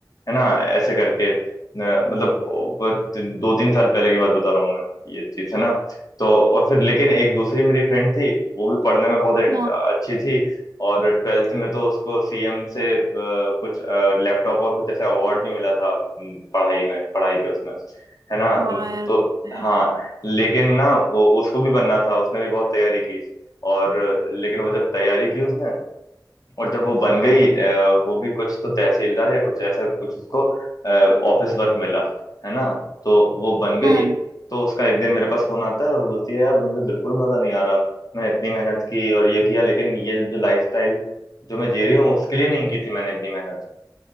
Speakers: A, on the left (about 55°); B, on the right (about 60°).
A: है ना ऐसे करके न- मतलब बस दो तीन साल पहले की बात बता रहा हूँ मैं ये चीज है ना तो और फिर लेकिन एक दूसरी मेरी फ्रेंड थी वो भी पढ़ने में बहुत
B: हाँ
A: अच्छी थी और ट्वेल्थ में तो उसको सीएम से अ, कुछ लैपटॉप और कुछ ऐसे अवार्ड भी मिला था अम, पढ़ाई में पढ़ाई के उसमें है ना
B: वाह
A: तो
B: यार वो तो है।
A: हाँ लेकिन ना वो उसको भी बनना था उसने भी बहुत तैयारी की और लेकिन वो जब तैयारी की उसने और जब वो बन गई अ, वो भी कुछ तो तहसीलदार या कुछ ऐसा कुछ उसको ऑफिस वर्क मिला है ना तो वो बन गई
B: हाँ
A: तो उसका एक दिन मेरे पास फोन आता है और बोलती है यार मुझे बिल्कुल मजा नहीं आ रहा मैंने इतनी मेहनत की और ये किया लेकिन ये जो लाइफस्टाइल जो मैं जी रही हूँ उसके लिए नहीं की थी मैंने इतनी मेहनत